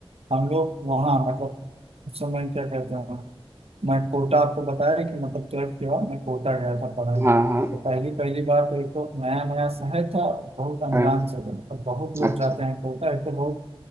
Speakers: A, on the right (about 75°); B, on the right (about 25°).
A: हम लोग वहाँ मतलब उस समय क्या कहते हैं मैं कोटा आपको बताया कि मतलब ट्वेल्थ के बाद मैं कोटा गया था पढ़ाई
B: हाँ हाँ
A: तो पहली पहली बार तो एक तो नया नया शहर था बहुत अनजान
B: हाँ,
A: से था। मतलब बहुत लोग
B: अच्छा
A: जाते हैं कोटा एक तो बहुत